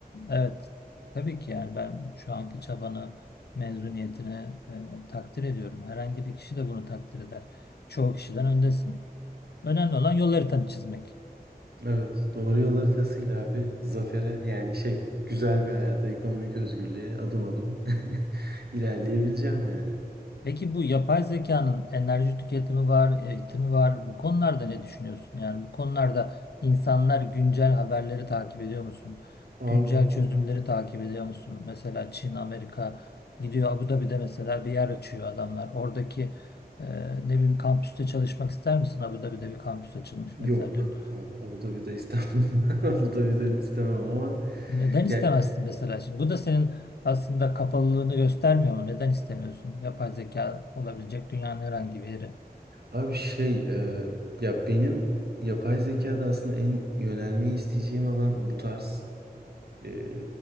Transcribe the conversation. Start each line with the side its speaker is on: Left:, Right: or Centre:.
Left: Evet. Tabii ki yani ben şu anki çabanı, mezuniyetini e, takdir ediyorum. Herhangi bir kişi de bunu takdir eder. Çoğu kişiden öndesin. Önemli olan yol haritanı çizmek.
Right: Evet. Doğru yol haritasıyla abi zafere yani şey güzel bir hayata ekonomik özgürlüğe adım adım <laughs> ilerleyebileceğim yani.
Left: Peki bu yapay zekanın enerji tüketimi var, eğitimi var. Bu konularda ne düşünüyorsun? Yani bu konularda insanlar güncel haberleri takip ediyor musun?
Right: Abi
Left: Güncel çözümleri takip ediyor musun? Mesela Çin, Amerika gidiyor Abu Dhabi'de mesela bir yer açıyor adamlar. Oradaki e, ne bileyim kampüste çalışmak ister misin? Abu Dhabi'de bir kampüs açılmış
Right: Yok
Left: mesela dün.
Right: abi Abu Dhabi'de istemem. <laughs> Abu Dhabi'de istemem ama
Left: Neden istemezsin
Right: ya
Left: mesela şimdi? Bu da senin aslında kapalılığını göstermiyor mu? Neden istemiyorsun? Yapay zeka olabilecek dünyanın herhangi bir yeri.
Right: abi şey e, ya benim yapay zekada aslında en yönelmeyi isteyeceğim alan bu tarz e,